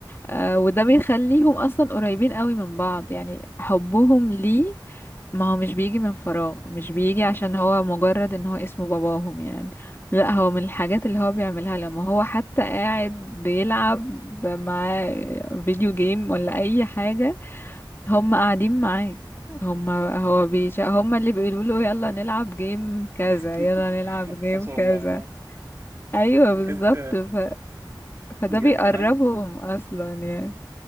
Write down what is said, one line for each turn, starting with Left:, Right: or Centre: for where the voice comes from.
Left: آه، وده بيخليهم اصلا قريبين قوي من بعض يعني حبهم ليه ما هو مش بيجي من فراغ مش بيجي عشان هو مجرد ان هو اسمه باباهم يعني لا هو من الحاجات اللي هو بيعملها لما هو حتى قاعد بيلعب مع فيديو جيم ولا اي حاجة هم قاعدين معاه هم هو بيش... هم اللي بيقولوا له يلا نلعب جيم كذا
Right: <laughs>
Left: يلا نلعب جيم
Right: ما شاء
Left: كذا
Right: الله آه.
Left: ايوه
Right: بجد
Left: بالظبط ف... فده
Right: بجد
Left: بيقربهم
Right: كمان
Left: اصلا يعني